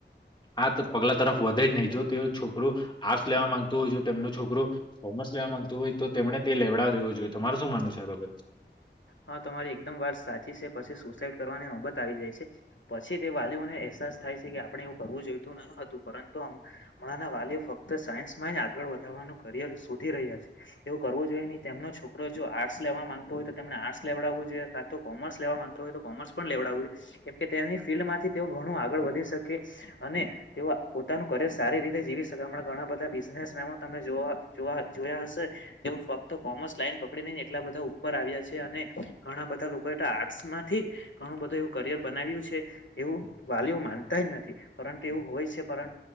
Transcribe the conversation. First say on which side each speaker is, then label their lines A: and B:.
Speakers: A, on the left; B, on the left.
A: આ પગલા તરફ વધે જ નહીં જો તે છોકરું આર્ટસ લેવા માંગતું હોય જો તેમનો છોકરો કોમર્સ લેવા માંગતોું હોય તો તેમને તે લેવડાવ દેવો જોઈ તમાર શું માનવ છે ત બાબત
B: હા તમારી એકદમ વાત સાચી છે પછી સુસાઈડ કરવાની નોબત આવી જાય છે પછી તે વાલીઓને અહેસાસ થાય છે કે આપડણે એવું કરવું જોઈતું ન હતું પરંતુ હમણાં વાલીઓ ફક્ત સાયન્સમાં આગળ વધારવાનું કરિયર શોધી રહ્યા છે એવું કરવું જોઈએ કઈ નઈ તેમનો છોકરો જો આર્ટસ લેવા માંગતો હોય તો તેમને આર્ટસ લેવડાવવું જોઈ કોમર્સ લેવા માંગતો હોય તો કોમર્સ પણ લેવડાવું જોઈ કે તેની ફિલ્ડમાંથી તેઓ થોડું આગળ વધી શકે અને તે પોતાનું કરર સારી રીતે જીવી શક અમના ઘણા બધા બિઝનેસ એમાં તમે જોયા જોયા હસે તે ફક્ત કોમર્સ લાઈન પકડી નઈને એટલા બધા ઉપર આવ્યા અને ઘણા બધા લોકો આર્ટસ માંથી જ ઘણું બધું એવું કરિયર બનાવ્યું છે એવું વાલીઓ માનતા જ નથી પરંતુ એવું હોય છે પર